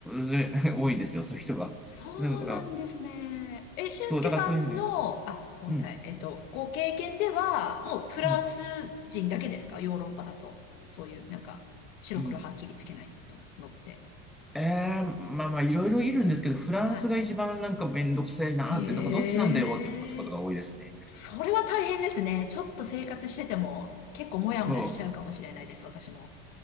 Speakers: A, in the centre; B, on the left.
A: ぜ <laughs> 多いですよ、そういう人が。
B: そうなんですね。
A: だから
B: え、俊介さんの、
A: そう、だからそういう意味で、
B: あ、ごめんなさい。
A: うん、
B: えっと、ご経験では、もうフランス人だけですかヨーロッパだと。
A: うん、
B: そういう、なんか、白黒はっきりつけないとのって。
A: うん。えー、まあまあ、いろいろいるんですけど、フランスが一番なんかめんどくせえなーって、
B: はい。へえ。
A: なんかどっちなんだよって思うことが多いですね。
B: それは大変ですね。ちょっと生活してても結構モヤモヤしちゃうかもしれないです、
A: そう、
B: 私も。